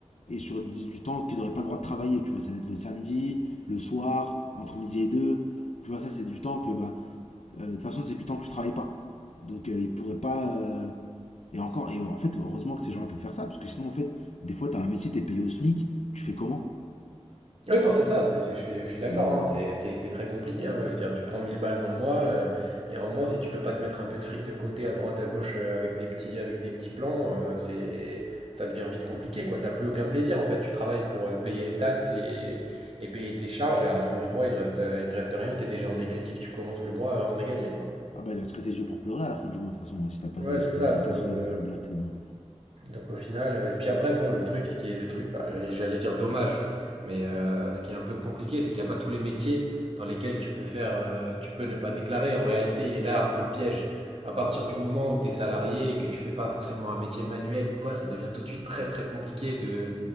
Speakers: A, on the left (about 80°); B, on the right (about 60°).
A: et sur du, du temps qu'ils n'auraient pas le droit de travailler, tu vois. Ça va être le samedi, le soir, entre midi et deux. Tu vois, ça, c'est du temps que. Bah, euh, de toute façon, c'est du temps que je travaille pas. Donc, euh, ils pourraient pas. euh, Et encore, et en fait, heureusement que ces gens-là peuvent faire ça, parce que sinon, en fait, des fois, t'as un métier, t'es payé au SMIC, tu fais comment
B: Oui, non, c'est ça, c'est, c'est- je suis, je suis
A: C'est.
B: d'accord, hein, c'est c'est- c'est très compliqué. hein, je veux dire, tu prends 1000 balles dans le mois, euh, il y a un moment, si tu peux pas te mettre un peu de fric de côté, à droite, à gauche, euh, avec des petits, avec des petits plans, euh, c'est, ça devient vite compliqué, quoi. T'as plus aucun plaisir, en fait. Tu travailles pour euh, payer les taxes et, et payer tes charges, et à la fin du mois, il te reste, euh, il te reste rien, t'es déjà en négatif, tu commences le mois euh, en négatif, quoi.
A: Ah bah, est-ce que tes yeux pour pleurer à la fin du mois, de toute façon, hein, si t'as pas
B: Ouais,
A: de.
B: c'est
A: Si
B: ça,
A: les
B: donc...
A: interdisent
B: euh,
A: le le black demain.
B: Donc au final, euh, et puis après, bon, le truc, ce qui est le truc, bah, j'allais j'allais dire dommage, mais euh, ce qui est un peu compliqué, c'est qu'il n'y a pas tous les métiers dans lesquels tu peux faire, euh, tu peux ne pas déclarer. En réalité, il est là un peu le piège. À partir du moment où tu es salarié et que tu fais pas forcément un métier manuel ou quoi, ça devient tout de suite très très compliqué de,